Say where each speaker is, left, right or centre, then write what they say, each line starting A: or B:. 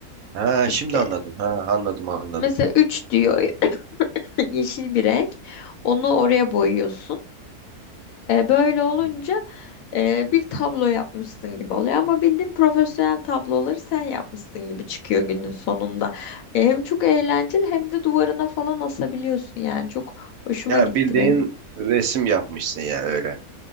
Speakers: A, on the right; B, on the left.
A: Ha
B: İşte
A: şimdi anladım. Ha anladım anladım.
B: mesela 3 diyor <laughs> <clears throat> yeşil bir renk. Onu oraya boyuyorsun. E, böyle olunca
A: Hı.
B: e, bir tablo yapmışsın gibi oluyor ama bildiğin profesyonel tabloları sen yapmışsın gibi çıkıyor günün sonunda. E, hem çok eğlenceli hem de duvarına falan asabiliyorsun yani çok hoşuma
A: Ya
B: gitti
A: bildiğin
B: benim.
A: resim yapmışsın yani öyle.